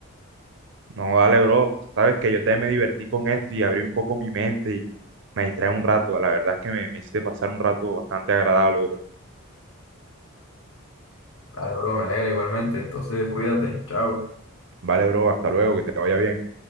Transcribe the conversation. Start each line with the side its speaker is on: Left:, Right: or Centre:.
Right: No, dale, bro. Sabes que yo también me divertí con esto y abrí un poco mi mente y me distrae un rato. La verdad es que me, me hiciste pasar un rato bastante agradable, bro.
Left: Dale, bro, me alegra igualmente, entonces cuídate, chao.
Right: Vale, bro. Hasta luego. Que te vaya bien.